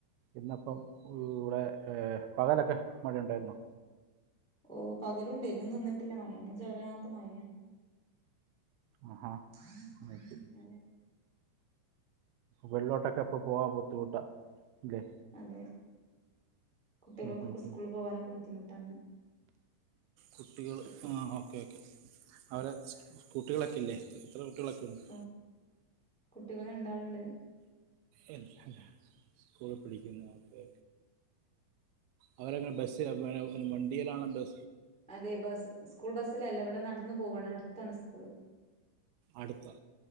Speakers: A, on the right; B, in the centre.
A: ഇന്നപ്പം ഇവ്ടെ വ് പകലൊക്കെ മഴ ഉണ്ടാരുന്നോ
B: ഓ പകലുംണ്ട് ഇന്നും നിന്നിട്ടില്ല മഴ ഒന്നും ചേരാത്ത മഴയാണ്
A: ആഹാ
B: <unintelligible>
A: അത് ശരി വെള്ളോട്ടൊക്കെ പ്പൊ പോൻ ബുദ്ധിമുട്ടാ ഇല്ലേ
B: അതെ കുട്ടികൾക്കൊക്കെ
A: ഉം, ഉം,
B: സ്കൂള്ല്
A: ഉം.
B: പോവാനൊക്കെ ബുദ്ധിമുട്ടാണ്
A: കുട്ടികൾ ആ ഓക്കേ ഓക്കേ അവടെ സ്കു കുട്ടികളൊക്കല്ലെ എത്ര കുട്ടികളൊക്കെ ഉണ്ട്
B: ഉം കുട്ടികൾ രണ്ടാള്ണ്ട്
A: ല്ല സ്കൂളിൽ പഠിക്കുന്നവരക്കൊ അവരെങ്ങനാ ബസിലാ പിന വണ്ടിയിലാണ് ബ
B: അതെ ബസ്സ് സ്കൂൾ ബസ്സിലല്ല ഇവിടെ നടന്ന് പോവാണ് അടുത്താണ് സ് ക്കൂള്
A: അടുത്താ